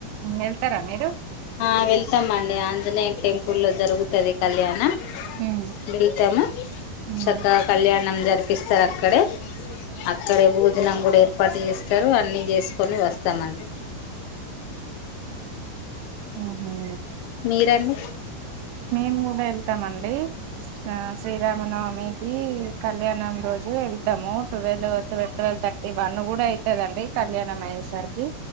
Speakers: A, on the right; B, on the left.
A: వెళ్తారా మీరు
B: ఆ వెళ్తాం అండి ఆంజనేయ టెంపుల్లో జరుగుతది కళ్యాణం.
A: ఉమ్
B: వెళ్తాము.
A: ఉమ్
B: సక్కగా కళ్యాణం జ రీపిస్తారు. అక్కడే అక్కడ బోజనం గుడా ఏ ర్పాటు చేస్తారు. అన్ని చేసుకొని వస్తామండి.
A: ఆహా
B: మీరండి
A: మేము కూడా ఏళ్తామండి. ఆ శ్రీరామ నవమి కి కళ్యాణం రోజు ఏళ్తాము. ట్వెల్వ్ ట్వెల్వ్ థర్టీ వన్ కూడా అయితదండి. కళ్యాణం అయ్యేసరికి